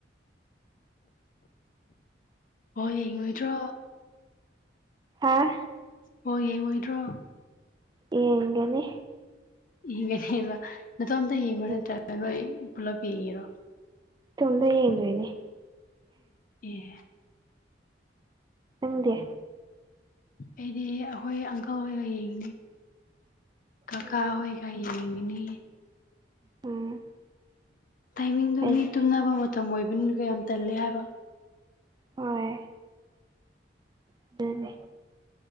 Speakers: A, on the left; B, on the right.
A: ꯕꯥꯜꯂ ꯌꯦꯡꯉꯣꯏꯗ꯭ꯔꯣ
B: ꯍꯥꯥ
A: ꯑꯣ ꯌꯦꯡꯉꯣꯏꯗ꯭ꯔꯣ
B: ꯌꯦꯒꯗꯤ
A: ꯌꯦꯡꯒꯅꯦꯕ ꯅꯇꯣꯝꯇ
B: ꯎꯝ
A: ꯌꯦꯡꯕ ꯅꯠꯇ꯭ꯔꯒ ꯅꯣꯏ ꯄꯨꯂꯞ ꯌꯦꯡꯉꯔꯣ
B: ꯇꯣꯝꯗ ꯌꯦꯡꯗꯣꯏꯅꯦ
A: ꯑꯦ
B: ꯅꯪꯗꯤꯦ
A: ꯑꯩꯗꯤ ꯑꯩꯈꯣꯏ ꯑꯪꯀꯜ ꯍꯒ ꯌꯦꯡꯅꯤ ꯀꯀꯥ
B: ꯎꯝ
A: ꯍꯣꯏꯒ ꯌꯦꯡꯉꯤꯅꯤ
B: ꯎꯝ
A: ꯇꯥꯏꯃꯤꯡꯗꯨꯣ
B: ꯐꯩꯌꯦ
A: ꯃꯤ ꯇꯨꯝꯅꯕ ꯃꯇꯝ ꯑꯣꯏꯕꯅꯤꯅ ꯀ ꯌꯥꯝ ꯇꯜꯂꯦ ꯍꯥꯏꯕ
B: ꯍꯣꯏ ꯑꯗꯨꯅꯦ